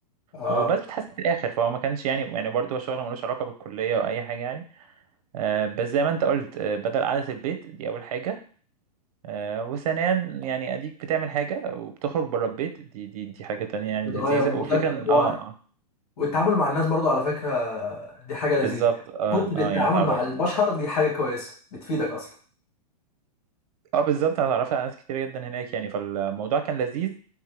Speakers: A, on the left (about 60°); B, on the right (about 60°).
A: اه
B: وبس بتحاسب في الاخر فهو ما كانش يعني يعني برضه هو شغل ملوش علاقه بالكليه او اي حاجه يعني آه بس زي ما انت قلت آه بدل قعده البيت دي اول حاجه آه وثانيا يعني اديك بتعمل حاجه وبتخرج بره البيت دي دي دي حاجه تانية يعني
A: بتغير
B: لذيذه
A: مودك
B: والفكره ان
A: و...
B: اه اه
A: والتعامل مع الناس برضو على فكره دي حاجه لذيذه
B: بالظبط اه
A: كتر
B: اه
A: التعامل
B: يعني اتعرفت
A: مع البشر دي حاجه كويسه بتفيدك اصلا
B: اه بالظبط انا اتعرفت على ناس كتير جدا هناك يعني فالموضوع كان لذيذ